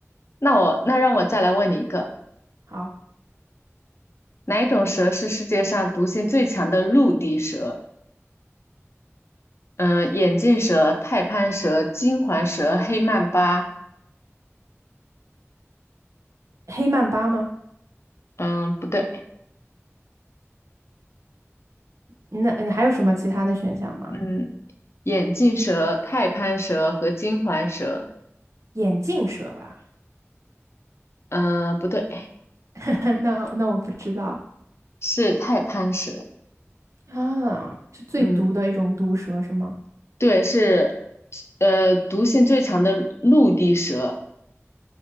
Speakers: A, on the left; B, on the right.
A: 那我那让我再来问你一个，
B: 好，
A: 哪一种蛇是世界上毒性最强的陆地蛇？嗯，眼镜蛇、太攀蛇、金环蛇、黑曼巴。
B: 黑曼巴吗？
A: 嗯，不对。
B: 那你还有什么其他的选项吗？
A: 嗯，眼镜蛇、太攀蛇和金环蛇。
B: 眼镜蛇吧？
A: 呃，不对，
B: <laughs> 那那我不知道
A: 是太攀蛇。
B: 啊，是最毒的一种毒蛇是吗？
A: 嗯，对，是呃毒性最强的陆地蛇。